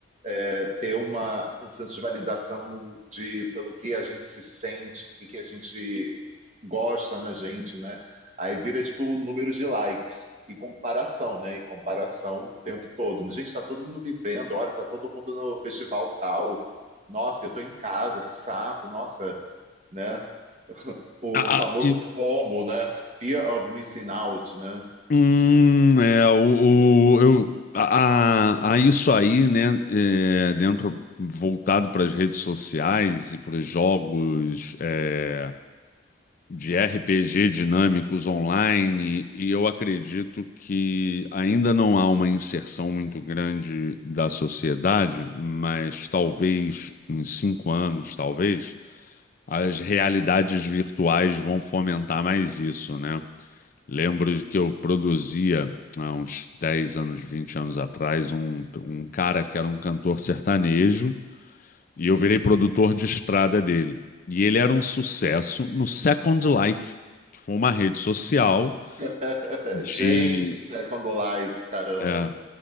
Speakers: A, on the right (about 35°); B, on the left (about 45°).
A: é, ter uma, um senso de validação num- de pelo que a gente se sente, o que que a gente gosta na gente, né? Aí vira, tipo, números de likes. E comparação, né? E comparação o tempo todo. né? Gente, tá todo mundo vivendo, olha, tá todo mundo no festival tal. Nossa, eu tô em casa, que saco. Nossa, né? O
B: ah,
A: famoso
B: e-
A: FOMO, né? Fear of Missing Out, né?
B: hum, é, o, o- eu, a, a- a isso aí, né? é, dentro, voltado para as redes sociais e para os jogos. é, de RPG dinâmicos online, e eu acredito que ainda não há uma inserção muito grande da sociedade, mas talvez em cinco anos, talvez, as realidades virtuais vão fomentar mais isso, né? Lembro de que eu produzia há uns 10 anos, 20 anos atrás, um, um cara que era um cantor sertanejo e eu virei produtor de estrada dele. E ele era um sucesso no Second Life, que foi uma rede social
A: <laughs>
B: de.
A: Gente, Second Life, caramba.
B: é.